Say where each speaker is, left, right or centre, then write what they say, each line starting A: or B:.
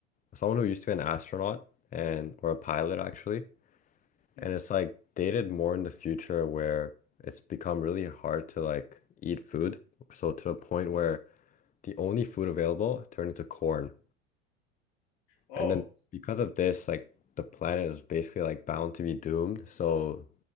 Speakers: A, on the left (about 25°); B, on the left (about 60°).
A: someone who used to be an astronaut and or a pilot actually.
B: mm,
A: And it's like dated more in the future where it's become really hard to like eat food. So to the point
B: mm.
A: where the only food available turned into corn.
B: Oh,
A: And then because of this, like the planet is basically like bound to be doomed. So